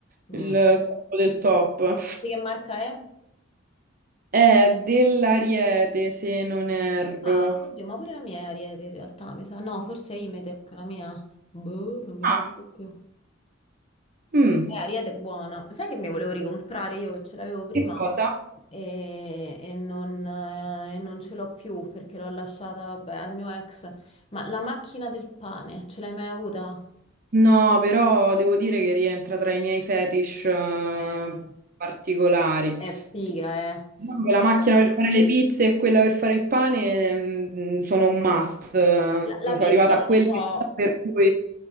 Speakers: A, on the left; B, on the right.
A: Mm.
B: il top del top.
A: Di che marca è?
B: È dell'Ariete, se non erro.
A: Ah, oddio, ma pure la mia è Ariete in realtà, mi sa. No, forse è Imetec, la mia. Boh, non mi
B: Ah,
A: ricordo più.
B: Mm.
A: Eh, Ariete è buona. Sai che mi volevo ricomprare io che ce l'avevo prima
B: che cosa?
A: e, e non, eh, e non ce l'ho più perché l'ho lasciata, vabbè, al mio ex. Ma la macchina del pane, ce l'hai mai avuta?
B: No, però devo dire che rientra tra i miei fetish eh,
A: Eh,
B: particolari.
A: è figa,
B: Sì,
A: eh.
B: diciamo che La macchina
A: Io...
B: per fare le pizze e quella per fare il pane mm, sono un must. eh,
A: La, la
B: Sono
A: pizza
B: arrivata a
A: non
B: quelle
A: lo so.
B: per cui...